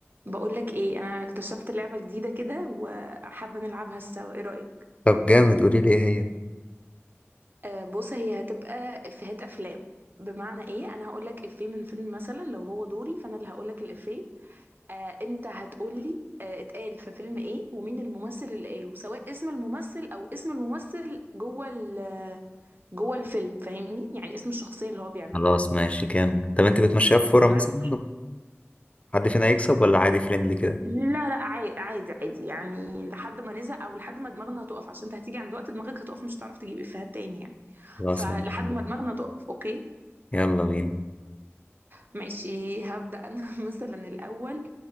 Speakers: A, on the right; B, on the left.
A: بقولك ايه انا اكتشفت لعبة جديدة كده وحابة نلعبها سوا ايه رأيك
B: طب جامد قولي لي ايه هي
A: آه بص هي هتبقى افيهات افلام بمعنى ايه انا هقولك افيه من فيلم مثلا لو هو دوري فانا اللي هقولك الافيه آه انت هتقولي آه اتقال في فيلم ايه ومين الممثل اللي قاله سواء اسم الممثل او اسم الممثل جوه ال- جوه الفيلم فاهمني يعني اسم الشخصية اللي هو بيعملها
B: خلاص ماشي جامد طب انت بتمشيها في فورة
A: تمام
B: مثلا وحد فينا هيكسب ولا عادي فريندلي كده
A: لا لا عادي عادي عادي يعني لحد ما نزهق او لحد ما دماغنا تقف عشان انت هتيجي عند وقت دماغك هتقف مش هتعرف تجيب افيهات تاني يعني
B: خلاص
A: فلحد
B: ماشي
A: ما دماغنا تقف اوكي
B: يلا بينا
A: ماشي هبدأ انا <laughs> مثلا الاول